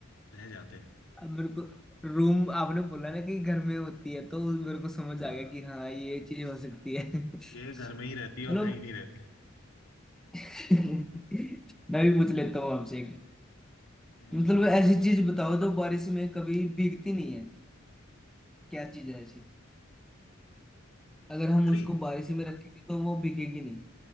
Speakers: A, on the left; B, in the centre.
A: रह जाते
B: अब मेरे को रूम आपने बोला ना कि घर में होती है तो उस- मेरे को समझ
A: हाँ
B: आ गया कि हाँ ये चीज हो सकती है <laughs>
A: ये घर में ही रहती है
B: चलो
A: और कहीं नहीं रहती
B: <laughs> मैं भी पूछ लेता हूँ आपसे एक
A: हम्म
B: मतलब
A: बताओ
B: ऐसी चीज बताओ जो बारिश में कभी भीगती नहीं है क्या चीज है ऐसी अगर हम
A: छतरी
B: उसको बारिश में रखेंगे तो वो भीगेगी नहीं